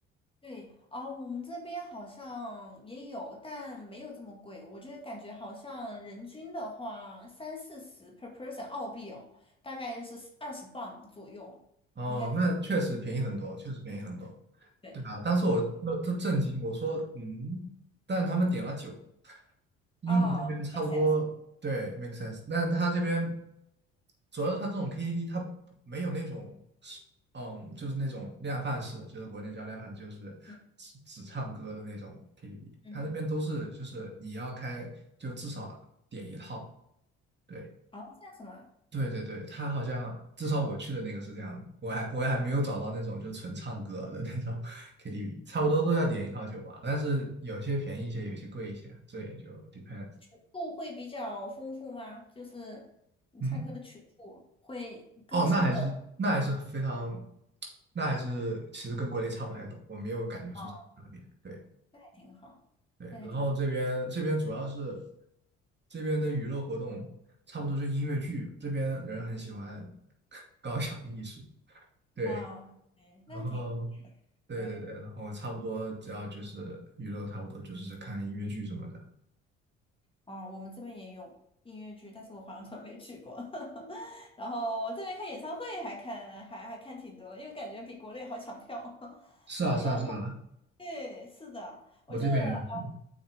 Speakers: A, on the left; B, on the right.
A: 对啊，我们这边好像也有，但没有这么贵。我觉得感觉好像人均的话，三四十 per person 澳币哦，大概就是二十磅左右，
B: 哦，
A: 应该是
B: 那确实便宜很多，确实便宜很多。
A: 对。
B: 对啊，当时我都都震惊，我说嗯，但他们点了酒，英国这边差不多，
A: 哦，make s e n s
B: 对，make sense。但他这边主要是他这种 KTV，他没有那种是嗯，就是那种量贩式，就是国内叫量贩，就是只只唱歌的那种
A: 嗯
B: KTV。
A: 嗯，
B: 他那边都是就是你要开就至少点一套，对，
A: 哦，这样子嘛，
B: 对对对，他好像至少我去的那个是这样，我还我也还没有找到那种就纯唱歌的那种 KTV，差不多都要点一套酒吧，但是有些便宜一些，有些贵一些，这也就 depends。
A: 曲库会比较丰富吗？就是你唱歌的曲库会更新的，
B: 嗯，哦，那还是那还是非常，那还是其实跟国内差不太多，我没有感觉说是特别。
A: 哦，
B: 对
A: 那还挺好，
B: 对，
A: 那还挺好
B: 然后这边这边主要是这边的娱乐活动差不多就音乐剧，这边人很喜欢 <laughs> 搞小艺术，对。
A: 啊，对，那还挺
B: 然后对对对，
A: 对。
B: 然后差不多只要就是娱乐，差不多就是看音乐剧什么的。
A: 哦，我们这边也有音乐剧，但是我好像从来没去过。<laughs> 然后这边看演唱会还看还还看挺多的，因为感觉比国内好抢票。<laughs>
B: 是啊是啊是啊，
A: 然后对，是的，我记得
B: 我这边也是